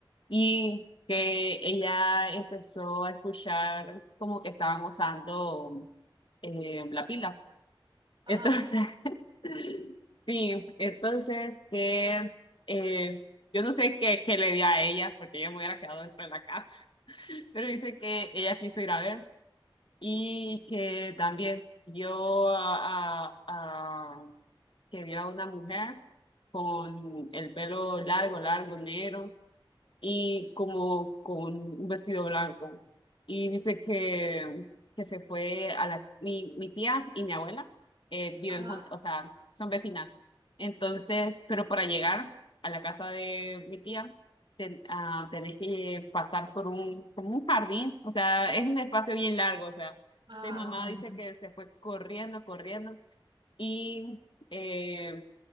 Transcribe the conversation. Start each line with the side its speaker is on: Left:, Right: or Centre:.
Left: y que ella empezó a escuchar como que estaban usando eh, la pila.
Right: Ajá,
Left: Entonces, <laughs> sí, entonces que eh, yo no sé qué, qué le dio a ella, porque yo me hubiera quedado dentro de la casa pero dice que ella quiso ir a ver y que también vio a, a- a- que vio a una mujer con el pelo largo, largo, negro, y como con un vestido blanco. Y dice que, que se fue a la, mi, mi tía y mi abuela eh, viven
Right: ajá,
Left: juntas, o sea, son vecinas. Entonces, pero para llegar a la casa de mi tía, ten- ah, tenés que pasar por un, como un jardín, o sea, es un espacio bien largo, o sea,
Right: ajá,
Left: mi mamá
Right: ajá.
Left: dice que se fue corriendo, corriendo y, eh,